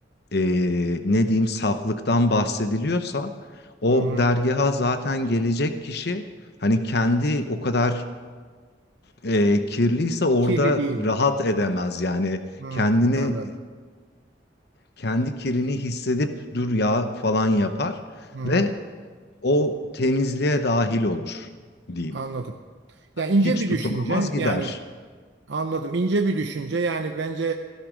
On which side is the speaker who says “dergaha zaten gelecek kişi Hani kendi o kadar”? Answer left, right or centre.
Left